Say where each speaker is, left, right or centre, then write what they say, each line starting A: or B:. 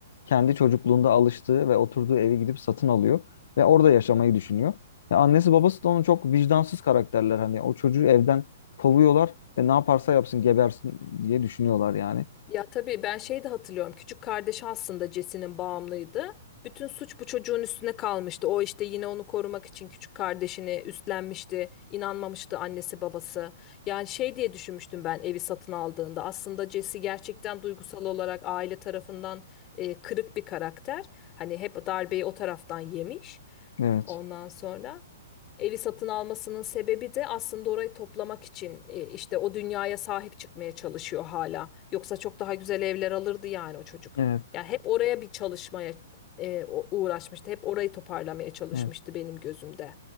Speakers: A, on the left; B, on the left.
A: Kendi çocukluğunda alıştığı ve oturduğu evi gidip satın alıyor ve orada yaşamayı düşünüyor. Ya annesi babası da onu çok vicdansız karakterler hani o çocuğu evden kovuyorlar ve ne yaparsa yapsın gebersin diye düşünüyorlar yani.
B: Ya tabii ben şeyi de hatırlıyorum. Küçük kardeşi aslında Jesse'nin bağımlıydı. Bütün suç bu çocuğun üstüne kalmıştı. O işte yine onu korumak için küçük kardeşini üstlenmişti. İnanmamıştı annesi babası. Yani şey diye düşünmüştüm ben evi satın aldığında. Aslında Jesse gerçekten duygusal olarak aile tarafından e, kırık bir karakter. Hani hep darbeyi o taraftan yemiş.
A: Evet.
B: Ondan sonra. Evi satın almasının sebebi de aslında orayı toplamak için e, işte o dünyaya sahip çıkmaya çalışıyor hala. Yoksa çok daha güzel evler alırdı yani o çocuk.
A: Evet.
B: Yani hep oraya bir çalışmaya e, o- uğraşmıştı. Hep orayı toparlamaya çalışmıştı
A: Evet.
B: benim gözümde.